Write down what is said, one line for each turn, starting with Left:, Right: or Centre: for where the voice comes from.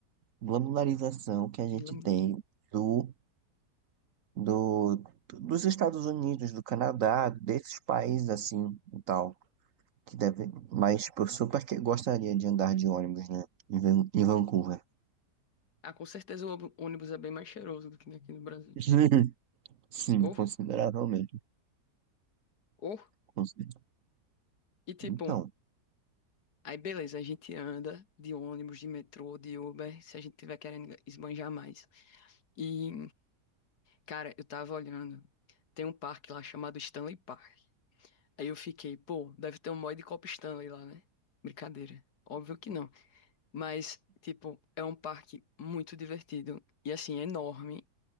Right: Glamoralização que a gente
Left: Glamu-
Right: tem do, do, dos Estados Unidos, do Canadá, desses países assim e tal. que deve, mas tipo, eu super que gostaria de andar de ônibus, né? Em Van- em Vancouver.
Left: Ah, com certeza o ô- ônibus é bem mais cheiroso do que aqui no Brasil.
Right: <laughs> Sim,
Left: Ou,
Right: consideravelmente.
Left: ou,
Right: consi-
Left: e tipo,
Right: Então,
Left: aí beleza, a gente anda de ônibus, de metrô, de Uber, se a gente tiver querendo esbanjar mais. E, cara, eu tava olhando, tem um parque lá chamado Stanley Park. Aí eu fiquei, pô, deve ter um mod de Copa Stanley lá, né? Brincadeira. Óbvio que não. Mas, tipo, é um parque muito divertido. E assim, é enorme.